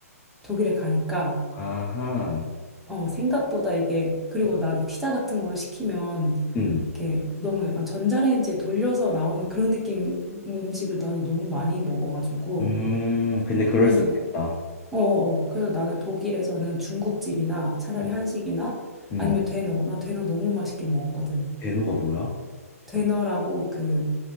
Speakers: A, in the centre; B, on the left.
A: 독일에 가니까
B: 아하.
A: 어, 생각보다 이게, 그리고 나는 피자 같은 거를 시키면,
B: 음,
A: 이렇게 너무 약간 전자레인지에 돌려서 나온 그런 느낌 음식을 나는 너무 많이 먹어가지고.
B: 음, 근데 그럴
A: 그래서,
B: 수 있겠다.
A: 나, 어, 어, 어. 그래서 나는 독일에서는 중국집이나 차라리
B: 음.
A: 한식이나
B: 음.
A: 아니면 되너. 나 되너 너무 맛있게 먹었거든.
B: 대노가 뭐야?
A: 되너라고 그,